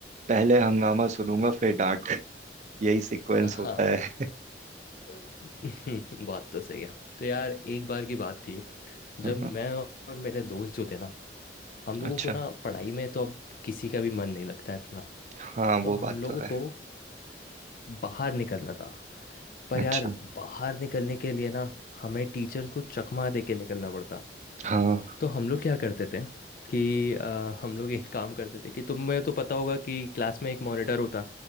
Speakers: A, on the right; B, on the left.
A: पहले हंगामा सुनूंगा फिर डांट यही सीक्वेंस
B: हाँ
A: होता है <laughs>
B: <laughs> बात तो सही है तो यार एक बार की बात थी जब
A: हाँ
B: मैं और मेरे दोस्त जो थे ना हम लोगों
A: अच्छा
B: को ना पढ़ाई में तो अब किसी का भी मन नहीं लगता इतना
A: हाँ
B: तो
A: वो बात
B: हम लोगों
A: तो है
B: को बाहर निकलना था पर
A: अच्छा
B: यार बाहर निकलने के लिए ना हमें टीचर्स को चकमा दे के निकलना पड़ता
A: हाँ
B: तो हम लोग क्या करते थे कि अ, हम लोग एक काम करते थे कि तुम्हें तो पता होगा कि क्लास में एक मॉनिटर होता